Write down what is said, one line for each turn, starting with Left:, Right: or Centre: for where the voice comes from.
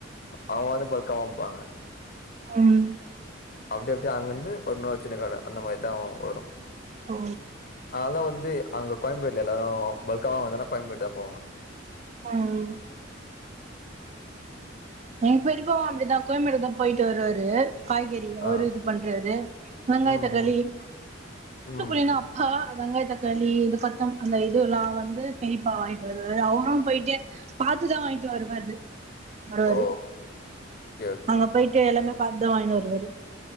Left: அவுங்க வந்து பல்கா வாங்கிப்பாங்க
Right: உம்
Left: அப்படி அப்படி அங்கந்து ஒரு இன்னொரு சின்ன கட அந்த மாரிதா வாங்குவாங்க வரும்
Right: ஓ
Left: அதா வந்து வந்து அங்க கோயம்பேடுல எல்லாரோ பல்கா வாங்க தானா கோயம்பேடு தா போவாங்க
Right: ம் எ பெரியப்பாவோ அப்படிதா கோயம்பேடுதா போயிட்டு வருவாரு காய்கறி அவரு
Left: ஆ
Right: இது பண்றாரு வெங்காயோ
Left: ம்
Right: தக்காளி
Left: ம்
Right: மூத்த
Left: ம்
Right: பையனா அப்பா வெங்காய தக்காளி இது கொத்தம் அந்த இது எல்லாம் வந்து பெரியப்பா வாங்கிட்டு வருவாரு அவுரோ போயிட்டு பாத்துதா வாங்கிட்டு வருவாரு வருவாறு
Left: ஓ ஓகே ஓகே
Right: அங்க போயிட்டு எல்லாமே பார்த்துதா வாங்கினு வருவாறு